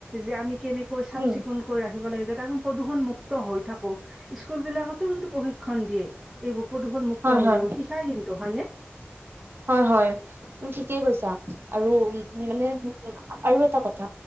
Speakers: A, on the right (about 15°); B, on the right (about 55°).
A: যে আমি কেনেক কৈ চাফ
B: উম,
A: চিকুণকৈ ৰাখিব লাগে যাতে আমি প্ৰদূষণ মুক্ত হৈ থাকো স্কুল বিলাকতো কিন্তু প্ৰশিক্ষণ দিয়ে এইবোৰ প্ৰদূষণ মুুক্ত
B: হয়,
A: হৈ
B: হয়,
A: থাকিব শিকাই কিন্তু হয়নে
B: হয় হয় তুমি ঠিকেই কৈছা আৰু মানে আৰু এটা কথা